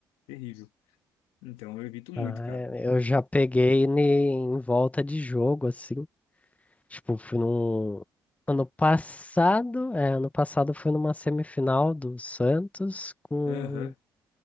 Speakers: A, on the left; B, on the left.
A: terrível. Então eu evito muito,
B: Ah,
A: cara.
B: é, eu já peguei ne- em volta de jogo, assim. Tipo, fui num. Ano passado, é, ano passado foi numa semifinal do Santos com
A: Aham,
B: o